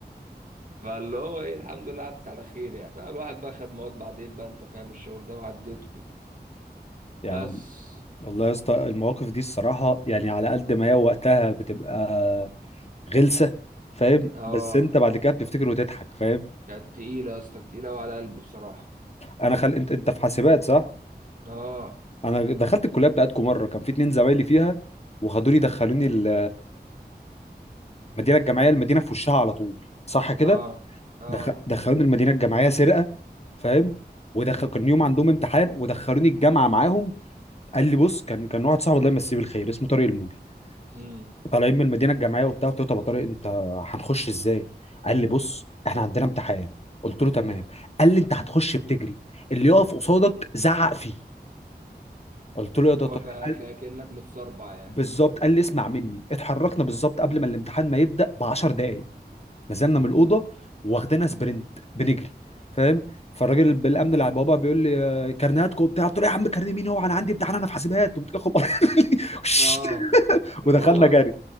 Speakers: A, on the right; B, on the left.
A: فاللي هو ايه الحمد لله عدت على خير يعني فالواحد بقى خد مواد بعدين بقى انت فاهم الشغل ده وعديته كده
B: يعني
A: بس
B: والله يا اسطى المواقف دي الصراحة يعني على قد ما هي وقتها بتبقى غلسة فاهم
A: اه
B: بس انت بعد كده بتفتكر وتضحك فاهم
A: كانت تقيله يا اسطى كانت تقيله وعلى قلبي بصراحه
B: انا خل... انت انت في حاسبات صح؟
A: اه
B: انا دخلت الكلية بتاعتكم مرة كان في اتنين زمايلي فيها وخدوني دخلوني ال- المدينة الجامعية المدينة في وشها على طول صح كده؟
A: اه اه
B: دخ... دخلوني المدينه الجامعيه سرقه فاهم ودخل كان يوم عندهم امتحان ودخلوني الجامعه معاهم قال لي بص كان كان واحد صاحبي الله يمسيه بالخير اسمه طارق الموجي
A: امم
B: طالعين من المدينه الجامعيه وبتاع قلت له طب يا طارق انت هنخش ازاي قال لي بص احنا عندنا امتحان قلت له تمام قال لي انت هتخش بتجري اللي يقف قصادك زعق فيه قلت له يا ده
A: هو
B: طارق
A: ك-
B: قال-
A: ك- كأنك متسربع يعني
B: بالظبط قال لي اسمع مني اتحركنا بالظبط قبل ما الامتحان ما يبدا ب 10 دقائق نزلنا من الاوضه واخدنا سبرنت بنجري فاهم فالراجل بالامن اللي على البوابه بيقول لي آه، كارنيهاتكم وبتاع قلت له يا عم كارنيه مين هو انا عندي امتحان انا في حاسبات وبتاع خب- <laughs>
A: اه اللي
B: <applause> ودخلنا
A: هو
B: جري